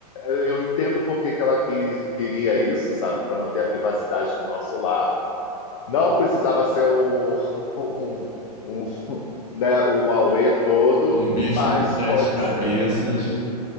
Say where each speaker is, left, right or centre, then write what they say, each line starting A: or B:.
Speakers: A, on the left; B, on the left.
A: eu entendo por que que ela quis, queria isso, sabe? Para manter a privacidade do nosso lar, não precisava ser um, <laughs> um, um, né, um auê todo,
B: Um bicho
A: mas
B: de sete
A: pode
B: cabeças.
A: ser.